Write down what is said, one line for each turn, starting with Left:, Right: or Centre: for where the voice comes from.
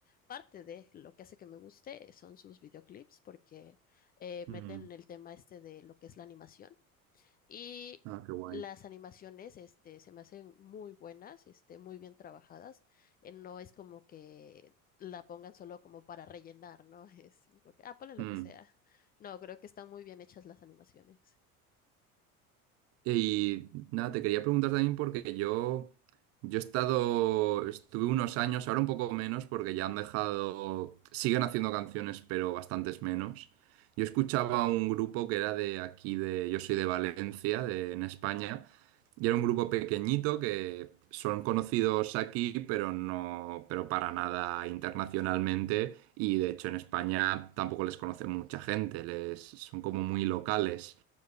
Left: parte de lo que hace que me guste son sus videoclips, porque eh,
Right: Mm.
Left: meten el tema este de lo que es la animación. Y
Right: Ah, qué guay.
Left: las animaciones, este, se me hacen muy buenas, este, muy bien trabajadas. Eh, no es como que la pongan solo como para rellenar, ¿no? <laughs> Es como que, ah, ponle lo
Right: Mm.
Left: que sea. No, creo que están muy bien hechas las animaciones.
Right: Y nada, te quería preguntar también porque yo, yo he estado, estuve unos años, ahora un poco menos porque ya han dejado, siguen haciendo canciones, pero bastantes menos. Yo escuchaba un grupo que era de aquí, de, yo soy de Valencia, de, en España, y era un grupo pequeñito que son conocidos aquí, pero no, pero para nada internacionalmente, y de hecho en España tampoco les conoce mucha gente, les, son como muy locales